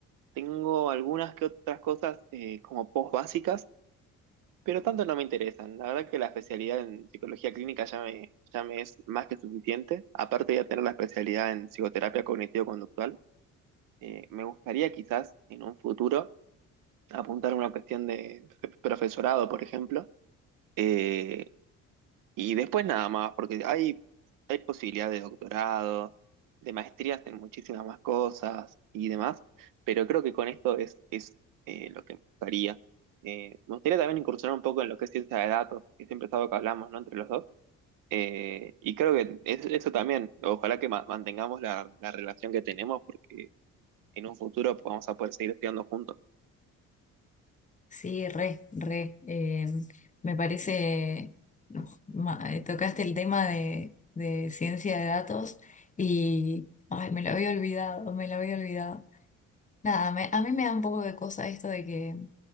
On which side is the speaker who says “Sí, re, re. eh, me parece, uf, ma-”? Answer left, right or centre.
Left